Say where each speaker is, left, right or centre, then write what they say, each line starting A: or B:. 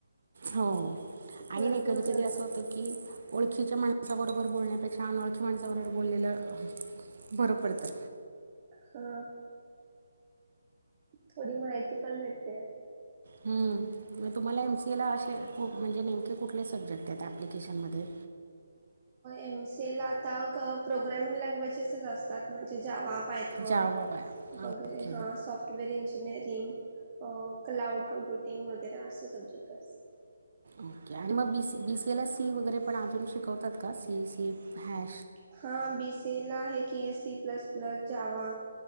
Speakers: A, on the right; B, on the right.
A: हो आणि
B: भरपूर
A: कधी
B: जण
A: कधी असं
B: आहे
A: होत की ओळखीच्या माणसाबरोबर बोलण्या पेक्षा अनोळखी माणसावररोर बोललेलं बरं पडतं
B: हा थोडी माहिती पण भेटते
A: हम तुम्हाला एमसीए ला असे म्हणजे नेमके कुठले सब्जेक्ट आहेत ऍप्लिकेशन मध्ये ह
B: एम सी ला आता प्रोग्रामिंग लँग्वेजेसच असतात म्हणजे जवाब पायथॉन
A: जावा
B: वगैरे
A: ओके
B: हा सॉफ्टवेअर इ इंजिनिअरिंग क्लाउऊड कम्प्युटिंग वगैरे असे सब्जेक्ट असतात
A: ओके आणि मग बीसीए ला सी वगैरे पण अज शिकवतात का सीसी ह
B: हा बीसी ला आहे की एसी प्लस प्लस जा्यावा